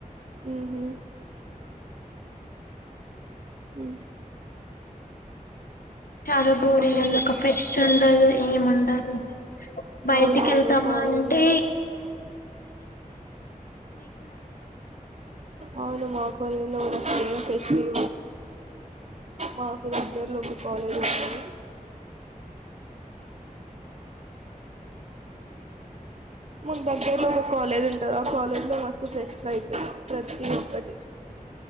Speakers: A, on the right; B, on the left.
A: ఉమ్ హు ఉ....
B: చాలా బోరింగ్
A: అవును.
B: అండి ఒక ఫెస్ట్ చెందదు ఏం ఉండదు.... బయటి
A: అవునవును.
B: వెళ్దామా
A: కాలేజ్‌లో
B: అంటే
A: అవును మా కాలేజ్ లో ఫేమ్ ఫస్వల్ మాకు దగ్గరలో కాలేజ్ వచ్చాను మన దగ్గర్లో ఒక కాలేజ్ ఉంటది, ఆ కాలేజ్ లో మస్తు ఫెస్ట్ అయితది ప్రతి ఒక్కటి..